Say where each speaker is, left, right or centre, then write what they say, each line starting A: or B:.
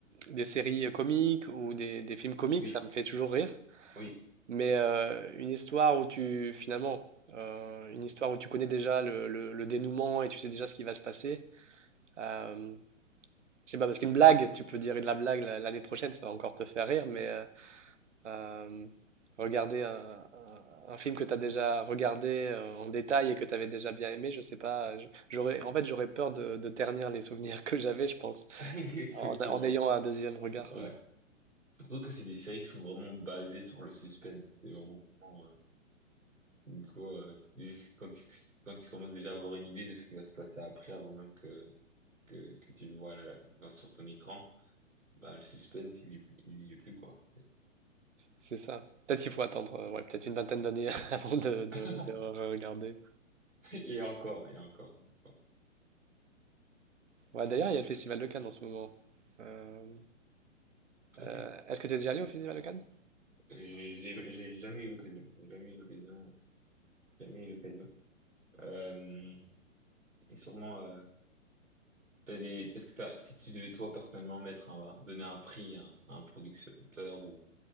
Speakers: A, on the right; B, on the right.
A: des séries euh, comiques ou des, des films comiques,
B: Oui,
A: ça me fait toujours rire.
B: oui.
A: Mais euh, une histoire où tu, finalement, euh, une histoire où tu connais déjà le, le- le dénouement et tu sais déjà ce qui va se passer. euh, je sais pas, parce qu'une blague, tu peux dire de la blague la- l'année prochaine, ça va encore te faire rire, mais euh, euh, regarder un, un- un film que tu as déjà regardé euh, en détail et que tu avais déjà bien aimé, je sais pas, je- j'aurais, en fait, j'aurais peur de, de ternir les souvenirs que j'avais, je pense,
B: <laughs> Exactement.
A: en, en ayant un deuxième regard.
B: Ouais.
A: Mm.
B: Surtout que c'est des séries qui sont vraiment basées sur le suspense. C'est vraiment, euh, du coup, euh, c'est juste quand tu, quand tu commences déjà à avoir une idée de ce qui va se passer après, avant même que, que, que tu le vois là, sur ton écran. Bah, le suspense, il y est plus, il y est plus, quoi. C'est-
A: C'est ça. Peut-être qu'il faut attendre, euh, ouais, peut-être une vingtaine d'années <laughs> avant de, de,
B: <laughs>
A: de regarder.
B: Et encore, et encore, et encore.
A: Ouais, d'ailleurs, il y a le Festival de Cannes en ce moment. Euh,
B: Ok.
A: euh, est-ce que tu es déjà allé au Festival de Cannes?
B: J'ai j'ai- j'ai jamais eu l'occasion. J'ai jamais eu l'occasion. Jamais eu l'occasion. Euh, et sûrement, euh, t'as des, est-ce que t'as, si tu devais toi personnellement mettre un, donner un prix à un, à un producteur ou